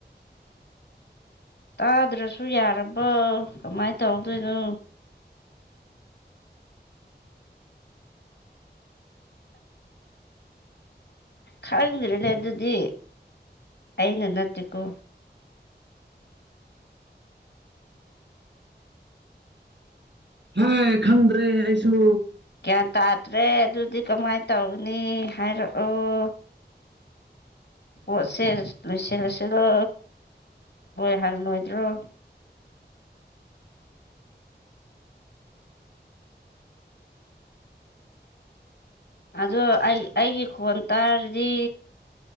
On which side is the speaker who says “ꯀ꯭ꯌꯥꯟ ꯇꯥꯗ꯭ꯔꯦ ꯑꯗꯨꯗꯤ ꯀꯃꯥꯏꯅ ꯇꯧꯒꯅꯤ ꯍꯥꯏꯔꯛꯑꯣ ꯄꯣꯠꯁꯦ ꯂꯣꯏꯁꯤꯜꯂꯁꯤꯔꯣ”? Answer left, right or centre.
Left